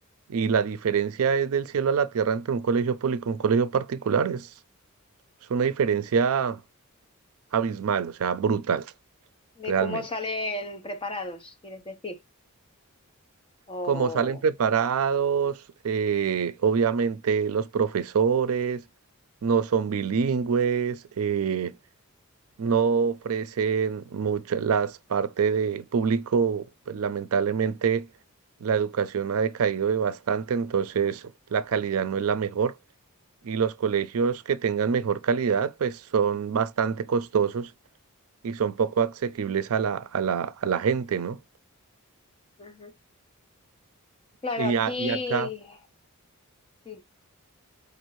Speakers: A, on the right; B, on the left.
A: Y la diferencia es del cielo a la tierra entre un colegio público y un colegio particular. Es, es una diferencia abismal, o sea, brutal,
B: De
A: realmente.
B: cómo salen preparados, quieres decir. O
A: Como salen preparados, eh, obviamente los profesores no son bilingües. eh, no ofrecen muchas las partes de público, pues, lamentablemente la educación ha decaído de bastante, entonces la calidad no es la mejor y los colegios que tengan mejor calidad pues son bastante costosos y son poco asequibles a la, a la, a la gente, ¿no?
B: Ujú. claro,
A: Y,
B: aquí
A: a- y acá,
B: sí.